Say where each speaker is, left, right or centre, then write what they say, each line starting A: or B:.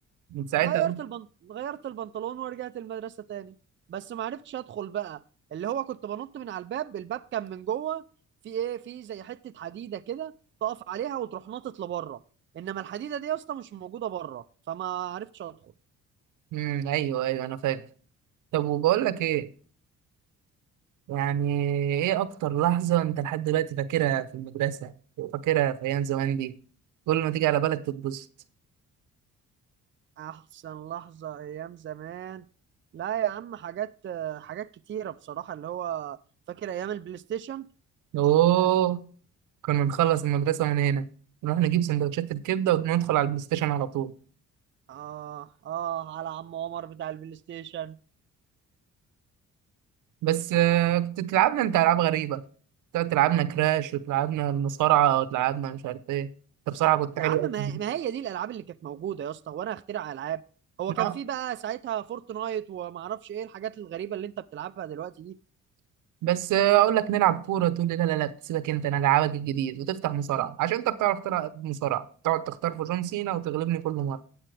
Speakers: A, on the right (about 80°); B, on the right (about 40°).
A: من ساعتها
B: غيرت البنط... غيرت البنطلون ورجعت المدرسة تاني بس ما عرفتش ادخل بقى اللي هو كنت بنط من على الباب الباب كان من جوه في ايه في زي حتة حديدة كده تقف عليها وتروح ناطط لبره انما الحديدة دي يا اسطى مش موجودة بره فما عرفتش ادخل
A: امم ايوه ايوه انا فاكر طب وبقول لك ايه يعني ايه اكتر لحظة انت لحد دلوقتي فاكرها في المدرسة وفاكرها في ايام زمان دي كل ما تيجي على بالك تتبسط
B: احسن لحظة ايام زمان لا يا عم حاجات حاجات كتيرة بصراحة اللي هو فاكر ايام البلاي ستيشن
A: اوه كنا نخلص المدرسة من هنا نروح نجيب سندوتشات الكبدة وندخل على البلاي ستيشن على طول
B: اه اه على عم عمر بتاع البلاي ستيشن
A: بس آه، كنت تلعبنا انت ألعاب غريبة كنت تلعبنا كراش وتلعبنا المصارعة وتلعبنا مش عارف ايه انت بصراحة كنت
B: يا
A: حلو
B: عم
A: أوي.
B: ما ما هي دي الالعاب اللي كانت موجوده يا اسطى وانا اخترع العاب هو كان
A: آه،
B: في بقى ساعتها فورتنايت وما اعرفش ايه الحاجات الغريبه اللي انت بتلعبها دلوقتي دي
A: بس آه، أقول لك نلعب كورة تقول لي لا لا لا سيبك أنت أنا ألعبك الجديد وتفتح مصارعة عشان أنت بتعرف تلعب مصارعة تقعد تختار في جون سينا وتغلبني كل مرة